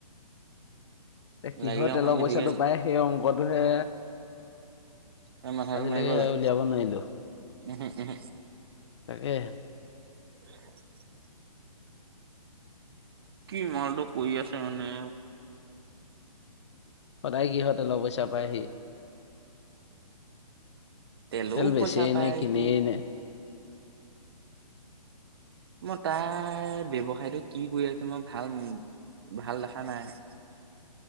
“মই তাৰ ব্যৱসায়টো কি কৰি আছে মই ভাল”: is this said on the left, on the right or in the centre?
Right